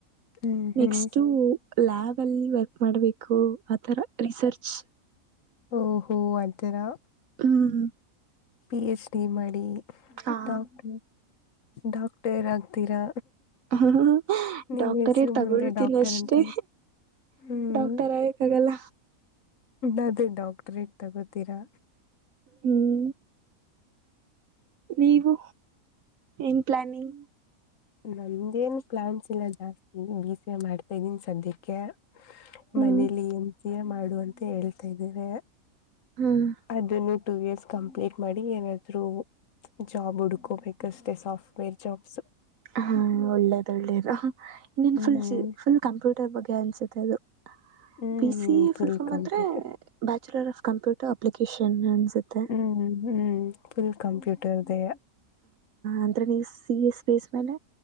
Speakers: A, on the left; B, on the right.
A: ಹ್ಮ್ ಹ್ಮ್ ಹ್ಮ್
B: ನೆಕ್ಸ್ಟ ಲ್ಯಾಬ್ ಅಲ್ಲಿ ವರ್ಕ್ ಮಾಡ್ಬೇಕು ಆಥರ ರಿಸರ್ಚ್
A: ಓಹೋ ಅಂತರಾ
B: ಹ್ಮ್
A: ಪಿ ಎಚ್ ಡಿ ಮಾಡಿ
B: ಹಾ
A: ಡಾಕ್ಟ ಡಾಕ್ಟರ್ ಆಗ್ತೀರಾ
B: ಹ್ಮ
A: ನಿಮ್
B: ಡಾಕ್ಟರೇಟ್
A: ಹೆಸರು
B: ತಗೊಳ್ತೀನಿ
A: ಮುಂದೆ ಡಾಕ್ಟರ್
B: ಅಷ್ಟೆ
A: ಅಂತ ಹ್ಮ್
B: ಡಾಕ್ಟರ್ ಆಗಕ್ ಆಗಲ್ಲ
A: ಅದೇ ಡಾಕ್ಟ್ರೇಟ್ ತಗೋತೀರಾ
B: ಹ್ಮ್ ನೀವು ಏನ್ ಪ್ಲಾನಿಂಗ್
A: ನಮ್ದೇನ್ ಪ್ಲಾನ್ಸ್ ಇಲ್ಲ ಜಾಸ್ತಿ ಬ ಸಿ ಮಾಡ್ತಾ ಇದೀನಿ ಸದ್ಯಕ್ಕೆ
B: ಹ್ಮ್
A: ಮನೇಲಿ ಎಮ ಮಾಡುವ ಅಂತ ಹೇಳ್ತಾ ಇದ್ದೇವೆ
B: ಹ್ಮ್
A: ಅದನ್ನು ಟೂ ಇಯರ್ಸ್ ಕಂಪ್ಲೀಟ್ ಮಾಡಿ ಏನಾದ್ರು ಜಾಬ್ ಉಡುಕೋ ಮೇಕಷ್ಟೇ ಸಾಫ್ಟ್ವೇರ್ ಜಾಬ್ಸ್
B: ಹಾ ಒಳ್ಳೇದು ಒಳ್ಳೇದು ಇನ್ನೇನ್
A: ಹ್ಮ್
B: ಫುಲ್ ಫುಲ್ ಕಂಪ್ಯೂಟರ್ ಬಗ್ಗೆ ಅನ್ಸುತ್ತೆ ಅದು <inaudible>
A: ಹ್ಮ್
B: ಬಿ ಸಿ ಎ
A: ಫುಲ್
B: ಫುಲ್ಫಾರ್
A: complete
B: ಅಂದ್ರೆ bachelor of computer application ಅನ್ಸುತ್ತೆ
A: ಹ್ಮ್ ಹ್ಮ್ ಫುಲ್ ಕಂಪ್ಯೂಟರ್ದೆ
B: ಅಂದ್ರೆ ನೀವು ಸಿ ಎ ಸ್ಪೇಸ್ ಮೇಲೆ